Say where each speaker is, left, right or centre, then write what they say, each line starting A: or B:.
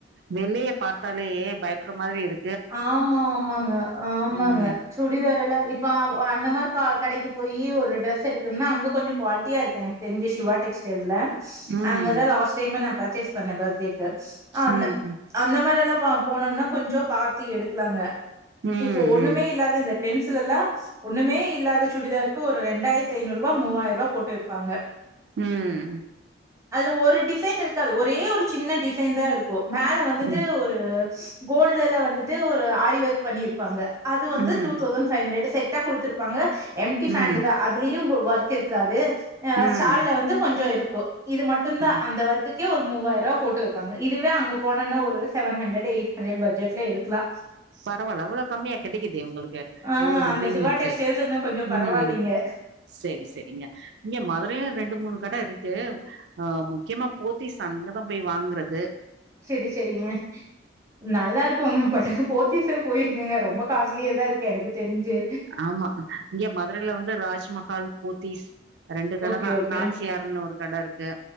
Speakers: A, on the right; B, on the right.
A: வெலய பாத்தாலே பயப்பட்ற மாரி இரு
B: ஆமா ஆமாங்க ஆமாங்க
A: ம்
B: சுடிதாரல்லா இப்ப அவ் அந்த மா க கடக்கி போயி ஒரு ட்ரெஸ் எடு இக்ன அங்க கொஞ்ச க்குன்னா அங்க கொஞ்ச க்வாலிட்டியா இருக்கு எனக் தெருஞ்சு சிவா டெக்ஸ்டைல்ஸ்ல
A: ம்
B: அங்கதா லாஸ்ட் டைமா நா பர்சேஸ் பண்ணே பர்த்டேக் கு அந்த
A: ம்
B: அந்த மாரில்லா பா போனோம்னா கொஞ்ச பாத் எடுக்கலாங்க
A: ம் ம்
B: இப்போ ஒண்ணுமே இல்லாத இந்த பிரெண்ஸ்லல்லா ஒண்ணுமே இல்லாத சுடிதாருக்கு ஒரு ரெண்டாயிரத்தி ஐநூறுபா மூவாயிரூபா போட்டு விப்பாங்க
A: ம்
B: அதுல ஒரு டிஃசைன் இருக்காது ஒரே ஒரு சின்ன டிஃசைன் தா இருக்கு மேல வந்துட்டு
A: ம்
B: ஒரு கோல்டுல வந்துட் ட்டு ஒரு ஆரிவொர்க் பண்ணியிர்பாங்க அது வந்து
A: ம்
B: டு தௌசன் ஃபை நூறு ஹண்டர்ரு சேத் ட்டா குடுத்துருப்பாங்க எம்டி
A: ம்
B: பேண்ட் தா அதுலயு கோ ஒர்க் இருக்காது ஆ
A: ம்
B: சால்ல வந்து கொஞ்ச இருக் கோ இது மட்டு தா
A: ம்
B: அந்த வர்கு கியூ ஒரு மூவாய்ர்வ போட்டுர்ப்பங்க இதுவே அங்க போனன ஒரு செவன் ஃகன்ரெட் எய்ட் ஃகன்ரெட் பட்ஜெட்டில எடு கிலா
A: பரவல்ல இவ்ள கம்மியா கிடைக்கிது உங்களுக்கு
B: ஆ
A: இவ்ளோ டிசைன்
B: அந்த சிவா
A: வச்சி
B: டெக்ஸ்டைல்ஸ் இருந்தா கொஞ்சோ பரவாயில்லைங்க
A: ம் சேரி சேரிங்க இங்க மதுரை ரெண்டு மூணு கட இருக் கு ஆ முக்கியமா போத்திஸ் அங்கத பேய் வாங்றது
B: சேரி சேரிங்க நல்லா இருக்குங்க பட்டு போத்திஸு போயிருக்குங்க ரொம்ப காஸ்ட்லியா தா இருக்கு எனக்கு தெரிஞ்சு
A: ஆமா இங்க மதுரையில வந்து ராஜ்மஹால் போத்திஸ் ரெண்டு கடைதா
B: ஓகே ஓகே
A: நாச்சியார்ன்னு ஒரு கடை இருக்கு